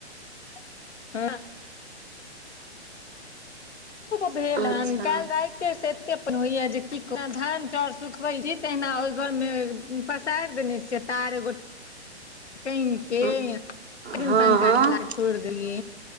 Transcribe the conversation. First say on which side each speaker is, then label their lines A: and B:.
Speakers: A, on the left; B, on the right.
A: <unintelligible> भेल हन
B: अच्छा
A: काल्हि राति एते से एते अपन होइ यै जे की धान चाउर सुखबे छी तहिना ओहि घर मे पसारि देने छियै तार एगो टाइंग के
B: हँ हँ
A: पंखा
B: हँ
A: चलाके छै छोड़ि देलै